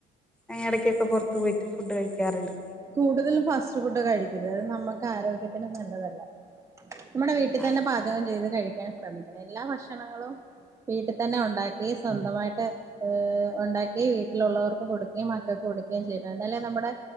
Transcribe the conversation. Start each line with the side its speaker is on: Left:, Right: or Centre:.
Centre: ഏഹ് എടയ്ക്കൊക്ക പൊറത്ത് പോയിട്ട് ഫുഡ് കഴിക്കാറ്ണ്ട്
Right: കൂടുതൽ ഫാസ്റ്റ് ഫുഡ് കഴിക്കരുത് നമ്മക്കാരോഗ്യത്തിന് നല്ലതല്ല നമ്മടെ വീട്ടിത്തന്നെ
Centre: ആഹ്
Right: പാചകം ചെയ്ത് കഴിക്കാൻ ശ്രമിക്കണം എല്ലാ ഭക്ഷണങ്ങളും വീട്ടിത്തന്നെ ഒണ്ടാക്കി സ്വന്തമായിട്ട് ഈഹ് ഒണ്ടാക്കി വീട്ടിലൊള്ളവർക്ക് കൊടുക്ക്യേം മക്കക്ക് കൊടുക്ക്യേം ചെയ്യണം എന്നാലേ നമ്മടെ